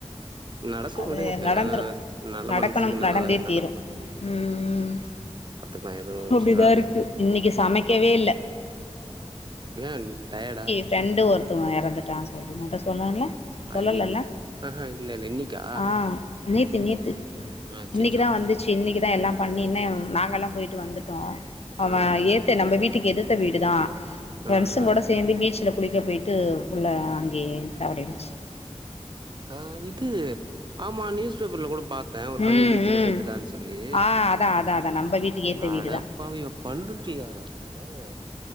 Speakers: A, on the right; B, on the left.
A: நடக்கு
B: அது
A: விடுங்க
B: நடந்துரு
A: எல்லா நல்ல
B: நடக்கணும்
A: மனசுக்கு நல்லதாவே
B: நடந்தே தீரு
A: நடக்கு
B: ம் ம்
A: பாத்துக்கலா எதுவு
B: அப்டிதா
A: இஷ்யூ ஆகாது
B: இருக்கு இன்னிக்கி சமைக்கவே இல்ல
A: ஏன் டயர்டா
B: ஃபிரெண்டு ஒருத்தவ்ங்க எறந்துட்டான் சொல்லி உன்ட்ட சொன்னல
A: ஐயையோ
B: சொல்லலல
A: ஆஹா இல்ல இல்ல இன்னைக்கா
B: ஆ நேத்து நேத்து
A: புறோ ஆச்சு
B: கிதா வந்துச்சு இன்னிக்கிதா எல்லா பண்ணினு நாங்கலா போய்ட்டு வந்துட்டோ அவன்
A: ஆ
B: எர் த்து நம்ம வீட்டுக் எதிர்த்த வீடுதா ஃபிரெண்ஸ்ங்குலோட
A: ஆ ஆ
B: சேந்து பீச்ல குளிக்க போய்ட்டு புள்ள அங்கேயே தவறிடுச்சு
A: ஆ இது ஆமா நியூஸ் பேப்பர்ல கூட பாத் அதா ஒரு பையன்
B: ம்
A: பீச்சில
B: ம்
A: செத்துட்டான் சொல்லி
B: ஆ அதா அதா அதா நம்ம வீட்டுக்கு ஏத்த
A: அடப்பாவியோ
B: வீடு தா
A: பண்ருட்டியாலா அவன்